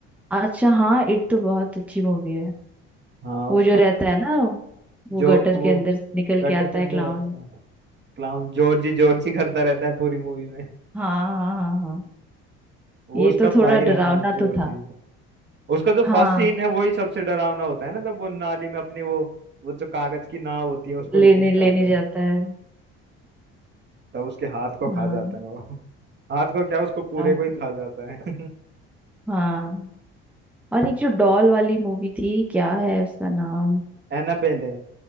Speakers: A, in the centre; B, on the right.
A: अच्छा हाँ इट तो बहुत अच्छी मूवी है
B: हाँ
A: वो
B: उसका
A: जो रहता है ना वो
B: जो
A: गटर
B: वो
A: के अंदर से निकल
B: गटर
A: के आता
B: के अंदर
A: है क्लाउन
B: रहता है क्लाउन जॉर्जी जॉर्जी करता रहता है पूरी मूवी में
A: हाँ हाँ हाँ हाँ
B: वो
A: ये
B: उसका
A: तो थोड़ा
B: भाई
A: डरावना
B: रहता है जॉर्जी
A: तो था
B: उसका जो
A: हाँ
B: फर्स्ट सीन है वही सबसे डरावना होता है ना तब वो नाली में अपनी वो वो जो कागज की नाव होती है उसको
A: लेने
B: लेने जाता
A: लेने जाता
B: है
A: है
B: तब उसके हाथ को खा
A: हाँ
B: जाता है वो हाथ को क्या उसको पूरे
A: हाँ
B: को ही खा जाता है <laughs>
A: हाँ। और एक जो डॉल वाली मूवी थी क्या है उसका नाम
B: एनाबेले